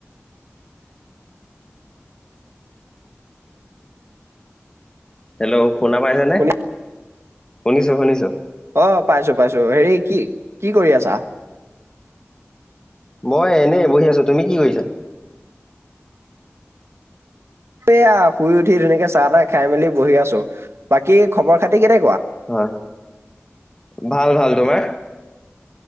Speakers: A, on the left; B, on the right.
A: হেল্ল' শুনা পাইছে নে?
B: শুনি
A: শুনিছো শুনিছো।
B: অ' পাইছো পাইছো হেৰি কি কি কৰি আছা?
A: মই এনেই বহি আছো, তুমি কি কৰিছা?
B: য়া শুই উঠি ধুনীয়াকে চাহ তাহ খাই মেলি বহি আছো। বাকী খবৰ খাতি কেনে
A: হয় হয় ভাল ভাল, তোমাৰ?